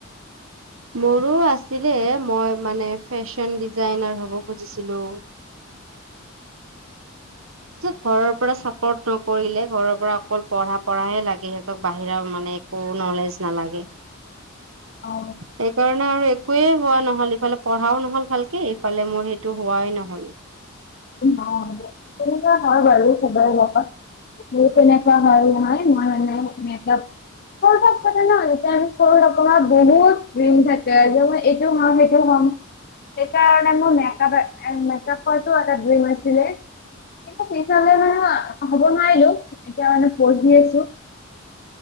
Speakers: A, on the right; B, on the left.
A: মোৰো আছিলে মই মানে ফেশ্বন ডিজাইনাৰ হ'ব খুজিছিলো। যে ঘৰৰ পৰা চাপৰ্ট নকৰিলে ঘৰৰ পৰা অকল পঢ়া পঢ়াহে লাগে সিহঁতক বাহিৰা মানে। কোনো নলেজ নালাগে।
B: অ।
A: সেইকাৰণে আৰু একোৱেই হোৱা নহ'ল ইফালে পঢ়াও নহল ভালকে ইফালে মোৰ সেইটো হোৱাই নহ'ল।
B: তেনেকুৱা হয় বাৰু চবৰে লগত। মোৰ তেনেকুৱা হ'ল নহয় মই মানে মেকাআপ। সৰু থাকোতে নহয় যেতিয়া আমি সৰু থাকো না বহুত ড্ৰিম থাকে যে মই এইটো হুম সেইটো হুম। সেইটো হুম সেইকাৰণে মোৰ মেকাআপ কৰাটো এটা ড্ৰিম আছিলে। এ পিছলে মানে হ'ব নোৱাৰিলো এতিয়া মানে পঢ়ি আছো।